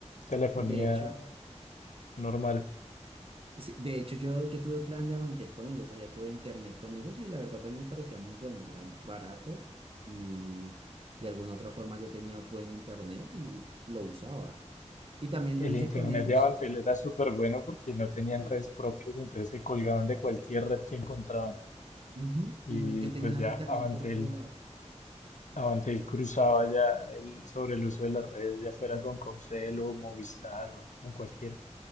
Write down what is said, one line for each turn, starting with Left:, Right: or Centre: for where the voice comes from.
Left: telefonía
Right: De hecho,
Left: normal.
Right: sí, de hecho yo, yo tuve plan de Avantel con ellos, o sea, tuve internet con ellos y la verdad también me parecía muy bueno. Era barato y de alguna otra forma yo tenía buen internet y lo usaba. Y también
Left: El
Right: lo hice
Left: internet
Right: con ellos.
Left: de Avantel era súper bueno porque no tenían
Right: Sí.
Left: redes propias, entonces se colgaban de cualquier red que encontraban.
Right: Ujú,
Left: Y
Right: Y no- yo tenía
Left: pues ya
Right: internet
Left: Avantel,
Right: por todo lado.
Left: Avantel cruzaba ya el, sobre el uso de las redes, ya fuera con Comcel o Movistar o con cualquiera.